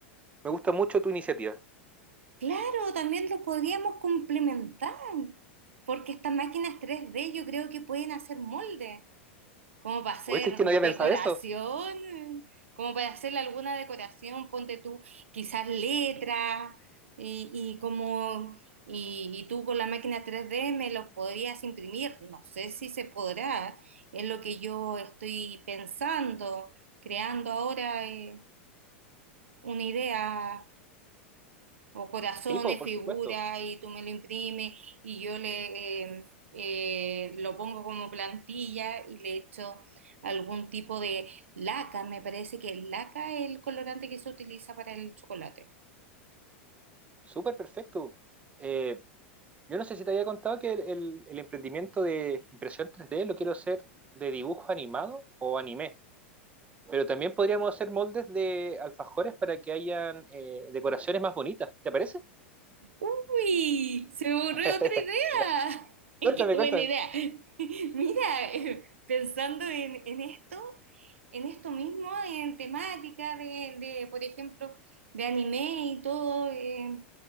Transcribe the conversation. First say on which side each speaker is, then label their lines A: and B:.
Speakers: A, on the right (about 20°); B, on the right (about 80°).
A: Me gusta mucho tu iniciativa.
B: Claro, también lo podríamos complementar, porque estas máquinas tres d yo creo que pueden hacer molde, como para hacer
A: ¿O es que no había
B: decoración,
A: pensado eso?
B: como para hacerle alguna decoración, ponte tú quizás letras y, y como y, y tú con la máquina tres d me los podrías imprimir, no sé si se podrá, es lo que yo estoy pensando, creando ahora eh, una idea o corazones,
A: Sí, po, por
B: figuras,
A: supuesto.
B: y tú me lo imprimes y yo le eh, eh, lo pongo como plantilla y le echo algún tipo de laca. Me parece que el laca es el colorante que se utiliza para el chocolate.
A: Súper perfecto. Eh, Yo no sé si te había contado que el, el- el emprendimiento de impresión 3D lo quiero hacer de dibujo animado o anime, pero también podríamos hacer moldes de alfajores para que hayan eh, decoraciones más bonitas, ¿te parece?
B: ¡Uy! Se me ocurrió
A: <laughs>
B: otra idea. <laughs> ¡Qué
A: Cuéntame,
B: buena
A: cuéntame.
B: idea! <laughs> Mira, eh, pensando en, en esto, en esto mismo, en temática de, de, por ejemplo, de anime y todo. eh,